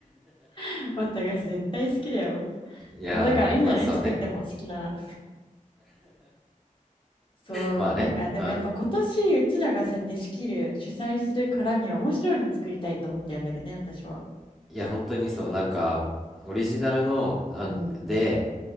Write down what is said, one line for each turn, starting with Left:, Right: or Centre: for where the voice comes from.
Left: <laughs> 私絶対好きだよ。
Centre: いやー、
Left: もうだからいいんじゃない作っても好きなら。
Centre: まあそうね。
Left: そう、
Centre: まあね。
Left: なんかでもやっぱ今年うちらがそうやって仕切る、
Centre: あ、
Left: 主催するからには面白いの作りたいと思ってるんだけどね、私は。
Centre: いや、本当にそう、なんか、オリジナルの、なんで、
Left: うん